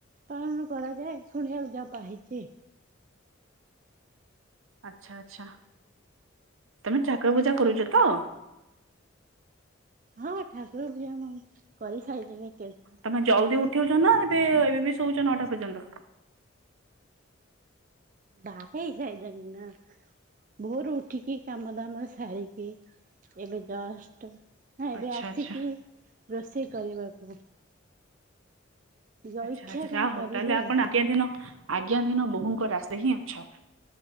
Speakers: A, on the right; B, on the right.
A: ପାଳନ କରାଯାଏ ଶୁଣିବାକୁ ଯା ପାଇଛି।
B: ଆଛା ଆଚ୍ଛା ତମେ ଠାକୁର ପୂଜା କରୁଛ ତ?
A: ହଁ ଠାକୁର ପୂଜା ମୁ କରି ସାରିଲେଇ।
B: ତମେ ଜଲ୍ଦି ଉଠଉଛ ନା ଏବେ ଏବେ ବି ଶୋଉଛ ନଟା ପର୍ଯ୍ୟନ୍ତ?
A: ବାହା ହେଇସାଇଣି ନା। ଭୋରୁ ଉଠିକି କାମ ଦାମରେ ସାରିକି ଏବେ ଜଷ୍ଟ ନା ଏବେ
B: ଆଚ୍ଛା
A: ଆସିକି
B: ଆଚ୍ଛା।
A: ରୋଷେଇ କରିବାକୁ। ଜଳଖିଆ
B: ଆଚ୍ଛା ଆଚ୍ଛା
A: କଣ
B: ଯାହା ହଉ
A: କରିବି
B: ତାହେଲେ ଆପଣ
A: ଆଉ
B: ଆଜ୍ଞା ଦିନ ଆଜ୍ଞା ଦିନ ବୋହୂଙ୍କ ରାଶେ ହିଁ ଅଛ।